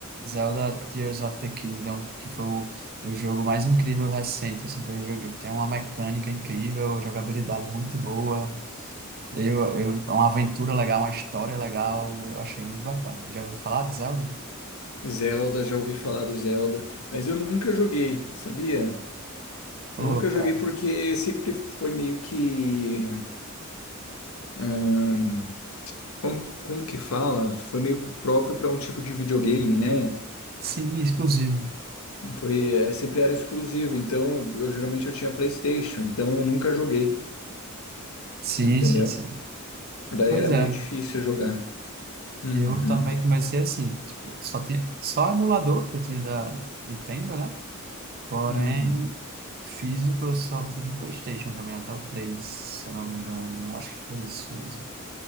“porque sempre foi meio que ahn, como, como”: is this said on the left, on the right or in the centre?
Left